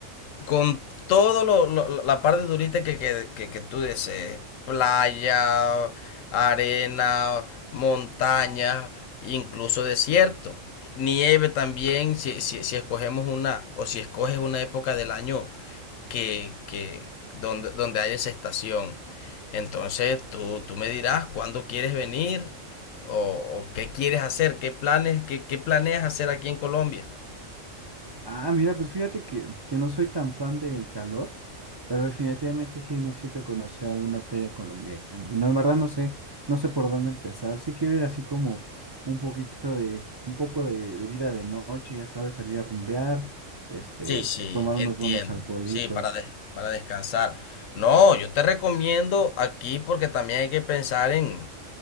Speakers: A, on the left (about 80°); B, on the right (about 35°).
A: con todo lo, lo- la parte turista que, que, que, que tú desees, playa, arena, montaña, incluso desierto, nieve también, si, si, si escogemos una, o si escoges una época del año que, que donde, donde haya esa estación. Entonces tú, tú me dirás cuándo quieres venir o, o qué quieres hacer, qué planes, qué, qué planeas hacer aquí en Colombia.
B: Ah, mira, pues fíjate que, que no soy tan fan del calor. Pero definitivamente sí necesito conocer alguna playa colombiana. Y no, en verdad no sé, no sé por dónde empezar. Sí quiero ir así como un poquito de, un poco de, de vida de noche, ya sabes, salir a rumbear, este,
A: Sí, sí,
B: tomar
A: entiendo.
B: unos buenos alcoholitos.
A: Sí, para, des- para descansar. No, yo te recomiendo aquí porque también hay que pensar en,